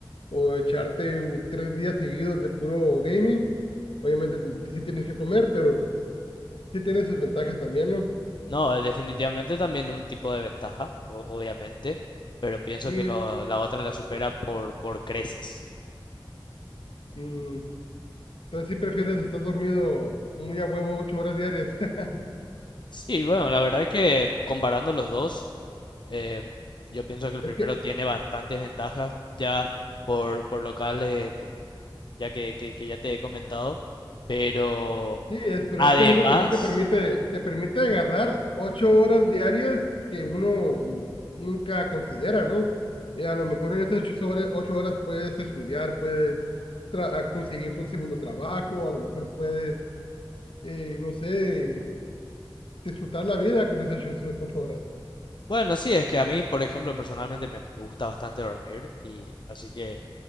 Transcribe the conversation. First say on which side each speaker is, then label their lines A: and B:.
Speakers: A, on the left; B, on the left.
A: o echarte u- tres días seguidos de puro gaming. Obviamente te- sí tienes que comer, pero sí tiene sus ventajas también, ¿no?
B: No, definitivamente también es un tipo de ventaja, o- obviamente, pero pienso
A: Y,
B: que lo- la otra la supera
A: y-
B: por, por creces.
A: mm, Entonces, si prefieres, estás dormido muy a huevo ocho horas diarias. <laughs>
B: Sí, bueno, la verdad es que comparando los dos, em, yo pienso que el
A: Es
B: primero
A: que,
B: tiene bastantes ventajas ya por, por locales, por- ya que, que- que ya te he comentado, pero
A: sí, es, pero
B: además,
A: es que el otro también te permite, te permite agarrar ocho horas diarias que uno n- nunca considera, ¿no? Y a lo mejor en esas ocho horas, ocho horas puedes estudiar, puedes tra- a conseguirte un segundo trabajo, a lo mejor puedes, eh, no sé, disfrutar la vida con esas ocho, ocho horas.
B: Bueno, sí, es que a mí, por ejemplo, personalmente me, me gusta bastante dormir y así que